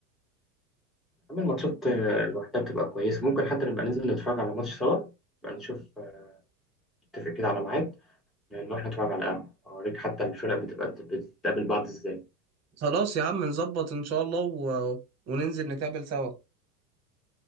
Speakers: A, in the centre; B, on the right.
A: أما الماتشات آه، لوحدها بتبقى كويسة ممكن حتى نبقى ننزل نتفرج على ماتش سوا نبقى نشوف آه، نتفق كده على ميعاد نروح نتفرج على قهوة أوريك حتى الفرق بتبقى بتتقابل بعض إزاي
B: خلاص يا عم نظبط ان شاء الله و... وننزل نتقابل سوا